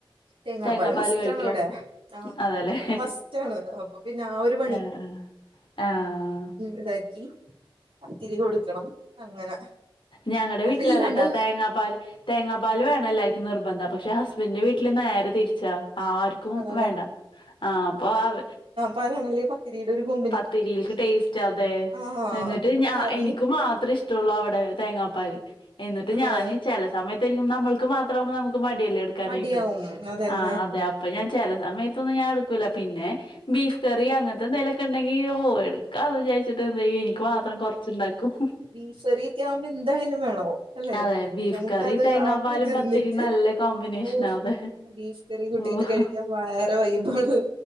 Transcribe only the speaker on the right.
തേങ്ങാപ്പാല്
മസ്റ്റാണ്
ഇവിടെ ആഹ്
ഇവിടെ മസ്റ്റാണ് അപ്പൊ പിന്നെ ആ ഒരു
ഇതാക്കിത്തിരി കൊടുക്കണം അങ്ങനെ
അതില്ലാണ്ട്
ആണല്ലേ
പരാനാല്ലേ പാ തീരെ ഒരു ബഹു
ആഹ്
കറി
ആഹ്
മടിയാവും അതന്നെ
മീൻസെ യക്കെ ആവുമ്പോ എന്തായാലും വേണോ? അല്ലെ
നമുക്കത്
ആക്കൂതിർന്നിട്ട്
ഓ
ബീഫ് കറി കൂട്ടിട്ട്
കഴിക്കാം വേറെ വൈബാണ്.